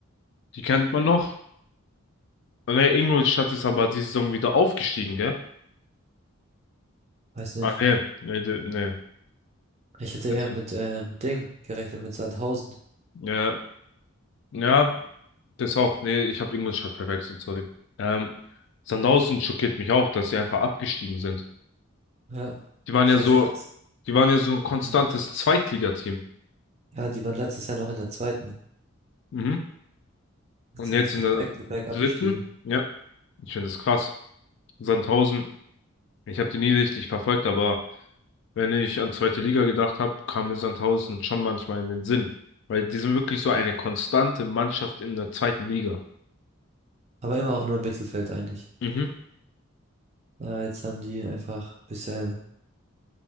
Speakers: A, on the left (about 60°); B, on the right (about 30°).
A: Die kennt man noch. Ah, Ne, Ingolstadt ist aber diese Saison wieder aufgestiegen, gell?
B: weiß nicht.
A: Ah, nee, nee, nee.
B: Ich hätte
A: nee.
B: eher mit ähm, Ding gerechnet, mit Sandhausen.
A: Ja, ja, Das auch. Nee, ich habe Ingolstadt verwechselt, sorry. Ähm, Sandhausen schockiert mich auch, dass sie einfach abgestiegen sind.
B: Ja,
A: Die waren
B: ist
A: ja
B: echt
A: so,
B: krass.
A: die waren ja so ein konstantes
B: Mhm.
A: Zweitligateam.
B: Ja, die waren letztes Jahr noch in der zweiten.
A: Mhm.
B: Jetzt
A: Und
B: sind
A: jetzt in
B: die
A: der
B: Back-to-Back
A: dritten,
B: abgestiegen.
A: ja, ich finde das krass. Sandhausen, ich habe die nie richtig verfolgt, aber wenn ich an zweite Liga gedacht habe, kam mir Sandhausen schon manchmal in den Sinn. Weil die sind wirklich so eine konstante Mannschaft in der zweiten Liga.
B: Aber immer auch nur im Mittelfeld eigentlich.
A: Mhm.
B: Ja, jetzt haben die einfach ein bisschen